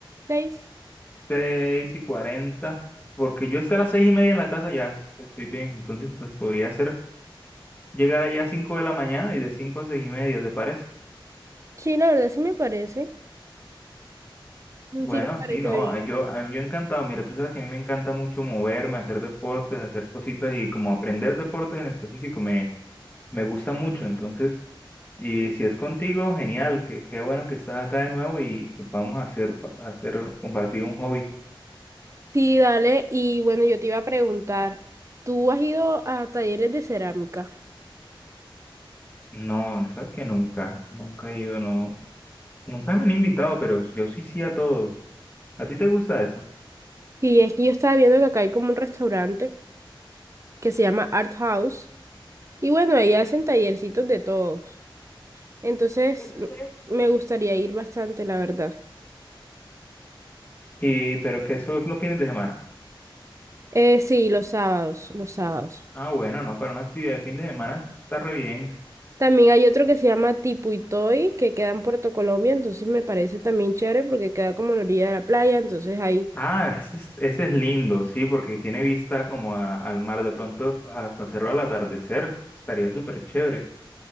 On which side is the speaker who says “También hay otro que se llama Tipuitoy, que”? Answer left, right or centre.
Right